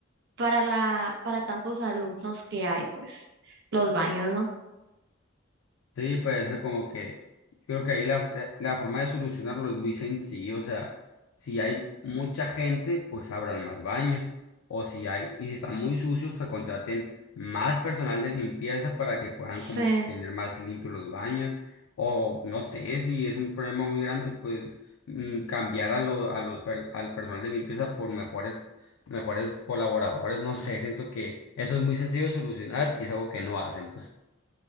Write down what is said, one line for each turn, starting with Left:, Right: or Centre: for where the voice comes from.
Right: para la, para tantos alumnos que hay, pues, los baños, ¿no?
Left: Sí, pues es que como que creo que ahí la, la la forma de solucionarlo es muy sencillo, o sea, si hay mucha gente, pues abran más baños, o si hay, y si están muy sucios, pues contraten más personal de limpieza para que puedan
Right: Sí,
Left: como que tener más limpios los baños, o no sé, si es un problema muy grande, pues mm, cambiar a lo- a los, per- al personal de limpieza por mejores, mejores colaboradores, no sé, siento que eso es muy sencillo de solucionar y es algo que no hacen, pues.